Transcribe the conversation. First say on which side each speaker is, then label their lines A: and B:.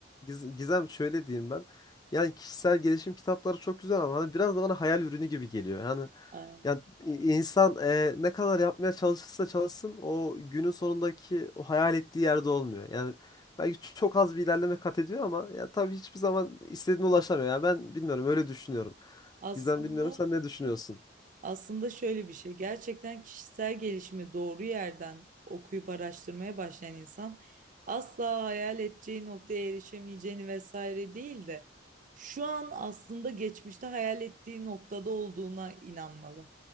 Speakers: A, on the left; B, on the right.
A: Giz- Gizem şöyle diyeyim ben. Yani kişisel gelişim kitapları çok güzel ama hani biraz da bana hayal ürünü gibi geliyor. Yani
B: Aa,
A: yani i- insan e, ne kadar yapmaya çalışırsa çalışsın o günün sonundaki o hayal ettiği yerde olmuyor. Yani belki ç- çok az bir ilerleme kat ediyor ama ya tabii hiçbir zaman istediğine ulaşamıyor. Yani ben bilmiyorum öyle düşünüyorum.
B: Aslında
A: Gizem bilmiyorum sen ne düşünüyorsun?
B: Aslında şöyle bir şey, gerçekten kişisel gelişimi doğru yerden okuyup araştırmaya başlayan insan asla hayal edeceği noktaya erişemeyeceğini vesaire değil de şu an aslında geçmişte hayal ettiği noktada olduğuna inanmalı.